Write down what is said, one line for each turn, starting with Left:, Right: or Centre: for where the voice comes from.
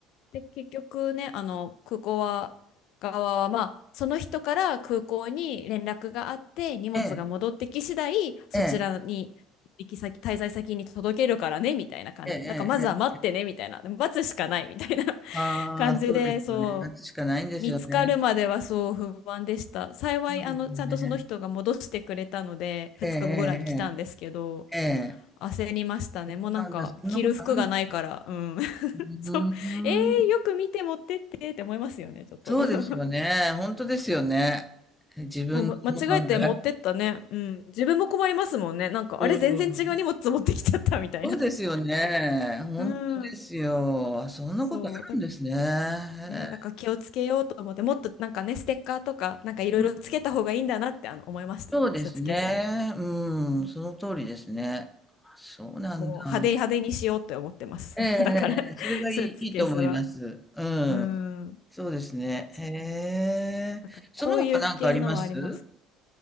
Left: で、結局ね、あの、空港は、側は、まあ、その人から空港に連絡があって、荷物が戻ってき次第、
Centre: ええ、
Left: そちらに、
Centre: ええ、
Left: 行き先、滞在先に届けるからね、みたいな感じで。
Centre: ええええええええええええうんはいええええええええええ
Left: なんか、まずは待ってね、みたいな。待つしかない、みたいな
Centre: ああ、
Left: <laughs> 感じで、
Centre: そうですよね。
Left: そう。
Centre: 夏しかないんですよね。
Left: 見つかるまではそう不安でした。幸い、
Centre: そうですよね。
Left: あの、ちゃんとその人が戻してくれたので、2日後ぐらいに来たんですけど、
Centre: ええええええ。ええ。
Left: 焦りましたね。もうなんか、
Centre: そうなんだ、そんなことあるんだ。
Left: 着る服がないから、うん。<laughs>
Centre: うーん。
Left: そう。えー、よく見て持ってってって思いますよね、ちょっと。
Centre: そうですよね。
Left: <laughs>
Centre: 本当ですよね。自分のものなんだから。
Left: もう、ま、間違えて持ってったね。うん。自分も困りますもんね。なんか、
Centre: うん。
Left: あれ、全然違う荷物持ってきちゃったみたいな。
Centre: そうですよね。本当ですよ。
Left: うん。
Centre: そんなことあるんですね。
Left: そう。だ、
Centre: へえ。
Left: ね、だから気をつけようと思って、もっとなんかね、ステッカーとか、なんかいろいろつけた方がいいんだなって、
Centre: うん、
Left: あの、思いました。
Centre: そうですね。
Left: スーツケースに。
Centre: うん、その通りですね。あ、そうなんだ。
Left: もう派手派手にしようって思ってます。
Centre: ええええええ、
Left: <laughs> だから、
Centre: それがいいいいと思います。
Left: スーツケースは。
Centre: うん。
Left: うん。
Centre: そうですね。
Left: そう
Centre: へえ。
Left: なんか、
Centre: その他なんかあります？
Left: こういう系のはあります。